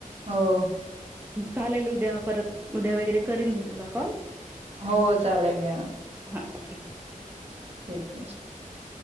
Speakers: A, on the right; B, on the right.
A: हो
B: चालेल उद्या परत उद्या वगैरे करेल मी तुला कॉल
A: हो चालाय मेळा.
B: हां ठीकय.
A: <unintelligible>